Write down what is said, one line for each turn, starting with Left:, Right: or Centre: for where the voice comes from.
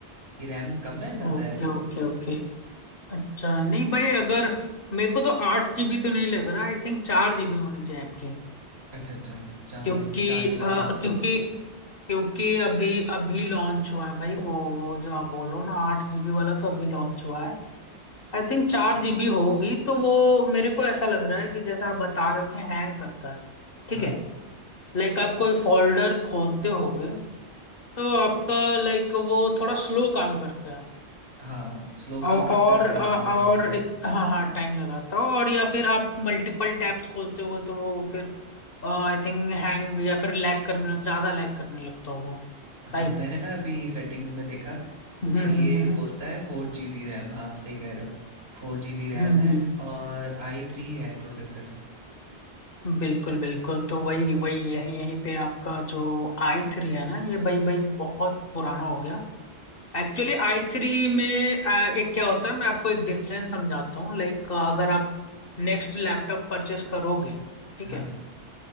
Right: ये रैम कम है ज़्यादा
Left: Okay
Right: है
Left: okay okay अच्छा नहीं भाई अगर मेरे को तो आठ जीबी तो नहीं लग रहा आई थिंक चार जीबी होनी चाहिए आपकी
Right: अच्छा अच्छा चार
Left: क्योंकि
Right: चार ही होगी
Left: अ,
Right: हाँ
Left: क्योंकि क्योंकि अभी अभी लॉन्च हुआ है भाई वो वो जो आप बोल रहे हो ना आठ जीबी वाला तो अभी लॉन्च हुआ है आई थिंक
Right: अच्छा
Left: चार जीबी होगी तो वो मेरे को ऐसा लग रहा है कि जैसा आप बता रहे हो कि हैंग करता है ठीक
Right: हाँ
Left: है लाइक आप कोई फोल्डर खोलते होगे तो आपका लाइक वो थोड़ा स्लो काम करता है
Right: हाँ स्लो
Left: औ-
Right: काम करता
Left: और
Right: है टाइम
Left: अ-
Right: लगाता
Left: और
Right: है
Left: हाँ हाँ टाइम लगाता हो और या फिर आप मल्टीपल टैब्स खोलते हो तो वो फिर आई थिंक हैंग या फिर लैग करने ज्यादा लैग करने लगता होगा
Right: हाँ
Left: राइट
Right: मैंने ना अभी सेटिंग्स में देखा
Left: हम्म
Right: तो ये
Left: हम्म हम्म
Right: बोलता है फोर जी बी रैम हाँ आप सही कह रहे हो फोर जी बी रैम
Left: हम्म
Right: है
Left: हम्म।
Right: और आई थ्री है प्रोसेसर
Left: बिल्कुल बिल्कुल तो वही वही यही यहीं पे आपका जो आई थ्री है ना ये भाई भाई बहुत पुराना हो गया एक्चुअली आई थ्री में आ, एक क्या होता है मैं आपको एक डिफरेंस समझाता हूँ लाइक अगर आप नेक्स्ट लैपटॉप परचेस करोगे ठीक
Right: हाँ,
Left: है